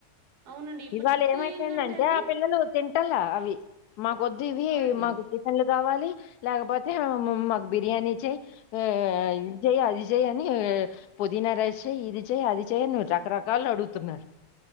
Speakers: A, on the right (about 85°); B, on the left (about 80°).
A: అవునండి ఇప్పుడు
B: ఇవాళ
A: దట్టు
B: ఏమైపోయిందంటే
A: ఏందంటే అండి
B: ఆ పిల్లలు తినట్టాల అవి మాకద్దువి
A: అవునండి
B: మాకు టిఫన్లు కావాలి లేకపోతే మకు బిర్యానీ చెయ్ ఆ ఇది చెయ్ అది చెయ్య అని పుదీనా రైస్ చేయి ఇది చేయయి అది చేయ్ అని రకరకాలు అడుగుతున్నారు